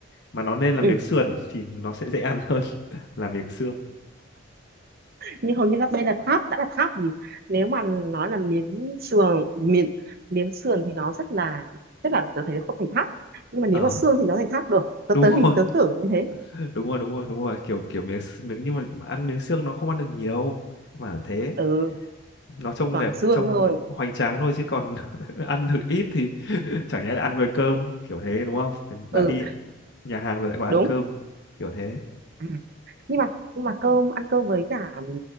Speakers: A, on the left (about 55°); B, on the right (about 50°).
A: mà nó nên là miếng
B: ừ
A: sườn thì nó sẽ dễ ăn hơn <laughs> là miếng xương
B: nhưng hầu như các bên là tháp đã là tháp thì nếu mà nói là miếng sườn miếng miếng sườn thì nó rất là rất là tớ thấy nó không thành tháp nhưng mà nếu
A: ờ
B: mà xương thì nó thành tháp được tớ
A: đúng
B: tớ hình
A: rồi
B: tớ tưởng như thế
A: <laughs> đúng rồi đúng rồi đúng rồi kiểu kiểu miếng s- miếng nhưng mà ăn miếng xương nó không ăn được nhiều mà thế
B: ừ
A: nó trông
B: toàn
A: đẹp
B: xương
A: trông
B: thôi
A: hoành tráng thôi chứ còn <laughs> ăn được ít thì <laughs> chẳng nhẽ là ăn với cơm kiểu thế đúng không Thế đã
B: ừ
A: đi nhà hàng rồi lại còn ăn
B: đúng
A: cơm kiểu thế
B: à, nhưng mà nhưng mà cơm ăn cơm với cả